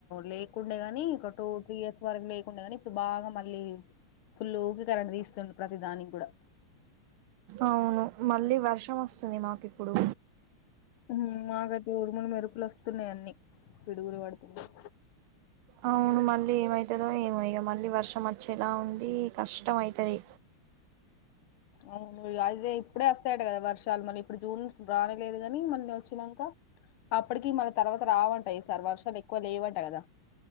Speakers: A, on the left; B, on the right.
A: లేక్ ఇలే ని ఒక టూ త్రీ ఇయర్స్ వరకు లే గాని ఇప్పుడు బాగా మళ్ళీ ఫుల్లు ఊకి కరెట్ తీస్తుండు ప్రతి దానికి కూడా
B: అవును మళ్ళీ వర్షంస్తు చని మాకు ఇప్పుడు
A: ఉమ్, మాకైతే ఉరుములు మెరుపులు వస్తున్నాయి అన్నిీ పిడుగులు పడుతునాయి
B: అవును మళ్ళీ ఏమవుతుందో ఏమో ఇక మళ్ళీ వర్షం వచ్చేలా ఉంది కష్టం అయితది
A: అవును అదే ఇప్పుడే వస్తాయట కదా వర్షాలు మళీ ఇప్పుడు జూన్ రానిలేదు కాని మళ్ళ వచ్చినాక అప్పటికి మళ్ళీ తర్వాత రావంట ఈసారి వర్షాలు ఎక్కువ లేవంట కదా